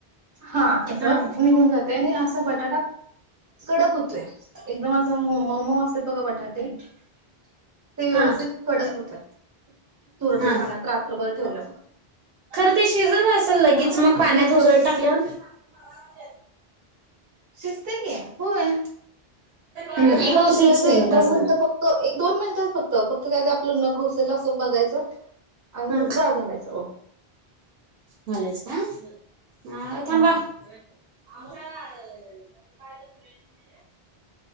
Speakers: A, on the right; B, on the right.
A: हा तस
B: हा
A: निघून जातयं आणि असा बटाटा कडक हुतूय एकदमचं असं मऊ मऊ असे बघा बटाटे ते व्यवस्थित
B: हा
A: कडक होतात तुरटीच्या
B: हा
A: पाण्यात रात्रभर ठेवल्यामुळे
B: खरं ते शिजत असल लगीच मग पाण्यात
A: ही प्रोसेस
B: उसळत टाकल्यावर
A: शिजतयं की होय
B: हम्म
A: लक्ष
B: एका
A: देऊन
B: उसळीत
A: शिजवायचं
B: शिजत
A: एक दोन
B: असणार
A: मिनिटं फक्त एक दोन मिनिटच फक्त फक्त काय ते आपलं नखं घुसेल अस तो बघायचं आणि
B: हा
A: वाळत घालायच ओ
B: मलेज का <unintelligible> हा थांबा
A: हो
B: <unintelligible>